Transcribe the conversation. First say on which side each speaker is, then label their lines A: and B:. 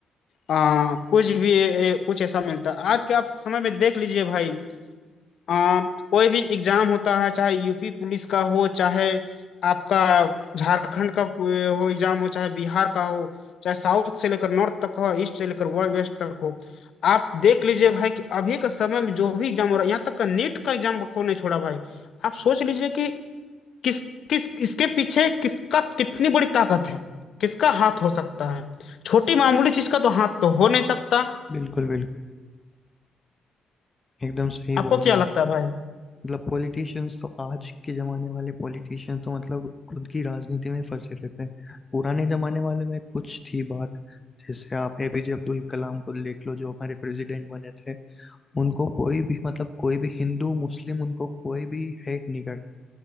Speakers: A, on the left; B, on the left.
A: आ, कुछ भी ए, कुछ ऐसा मिलता आज के आप समय में देख लीजिए भाई आ, कोई भी एग्जाम होता है चाहे यूपी पुलिस का हो चाहे आपका झारखंड का ए, हो एग्जाम हो चाहे बिहार का हो चाहे साउथ से लेकर नॉर्थ तक हो ईस्ट से लेकर वेस्ट तक हो आप देख लीजिए भाई कि अभी के समय में जो भी एग्जाम हो रहा है यहाँ तक का नीट का एग्जाम को नहीं छोड़ा भाई आप सोच लीजिए कि किस किस इसके पीछे किसका कितनी बड़ी ताकत है किसका हाथ हो सकता है छोटी मामूली चीज का तो हाथ तो हो नहीं सकता
B: बिल्कुल बिल्कुल एकदम सही
A: आपको
B: बोल रहे
A: क्या लगता
B: हैं
A: है भाई
B: मतलब पॉलिटिशियंस तो आज के जमाने वाले पॉलिटिशियंस तो मतलब खुद की राजनीति में फंसे रहते हैं पुराने जमाने वाले में कुछ थी बात जैसे आप एपीजे अब्दुल कलाम को देख लो जो हमारे प्रेसिडेंट बने थे उनको कोई भी मतलब कोई भी हिंदू मुस्लिम उनको कोई भी हेट नहीं करता